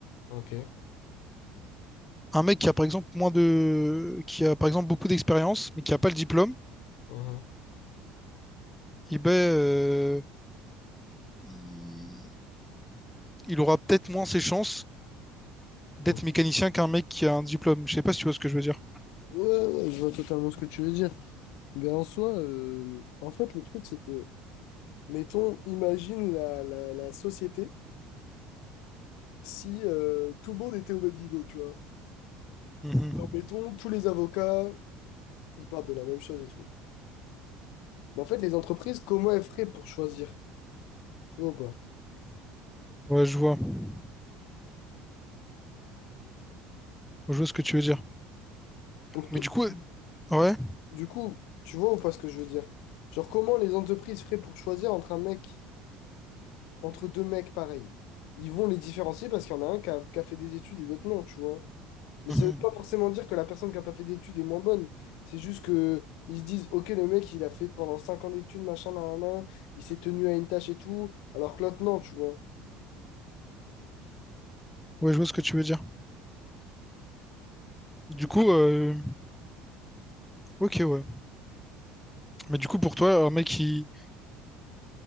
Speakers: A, on the left; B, in the centre.
A: ok.
B: Un mec qui a par exemple moins de, qui a par exemple beaucoup d'expérience, mais qui a pas le diplôme,
A: Mhm.
B: eh ben, euh, il il aura peut-être moins ses chances d'être
A: Ok.
B: mécanicien qu'un mec qui a un diplôme. Je sais pas si tu vois ce que je veux dire.
A: Ouais, ouais, je vois totalement ce que tu veux dire. Ben, en soi, euh, en fait, le truc, c'est que, mettons, imagine la, la, la société si euh, tout le monde était au même niveau, tu vois.
B: Mhm.
A: Donc, mettons, tous les avocats, ils partent de la même chose et tout. Mais en fait, les entreprises, comment elles feraient pour choisir? Tu vois ou pas?
B: Ouais, je vois. Ouais, Je vois ce que tu veux dire.
A: Pour to-
B: Mais du coup, euh, ouais.
A: du, du coup, tu vois ou pas ce que je veux dire? Genre, comment les entreprises feraient pour choisir entre un mec, entre deux mecs pareils? Ils vont les différencier parce qu'il y en a un qui a, qui a fait des études et d'autres non, tu vois. Mais
B: Mhm.
A: ça veut pas forcément dire que la personne qui a pas fait d'études est moins bonne. C'est juste que ils se disent, ok, le mec, il a fait pendant 5 ans d'études, machin, nan, nan, nan, il s'est tenu à une tâche et tout, alors que l'autre, non, tu vois.
B: Ouais, je vois ce que tu veux dire. Du coup, euh, ok, ouais. Mais du coup, pour toi, un mec qui,